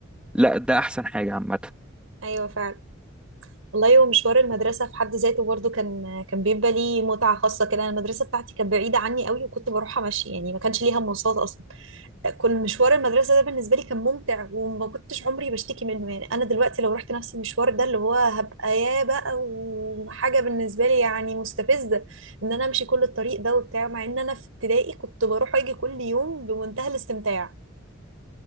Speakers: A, in the centre; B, on the right (about 85°).
A: لا ده احسن حاجة عامة
B: ايوه فعلا والله ومشوار المدرسه في حد ذاته برضو كان كان بيبقى ليه متعه خاصه كده أنا المدرسه بتاعتي كانت بعيده عني قوي وكنت بروحها ماشي يعني ما كانش ليها مواصلات اصلا كان مشوار المدرسة ده بالنسبة لي كان ممتع وما كنتش عمري بشتكي منه يعني أنا دلوقتي لو رحت نفس المشوار ده اللي هو هبقى يا بقى وحاجة بالنسبة لي يعني مستفزة إن أنا أمشي كل الطريق ده وبتاع مع إن أنا في ابتدائي كنت بروح وأجي كل يوم بمنتهى الاستمتاع